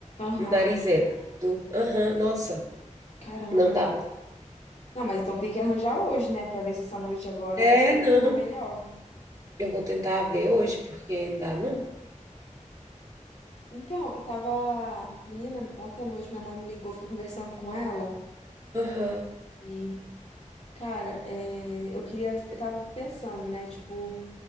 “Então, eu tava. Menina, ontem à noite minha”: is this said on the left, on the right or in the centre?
Left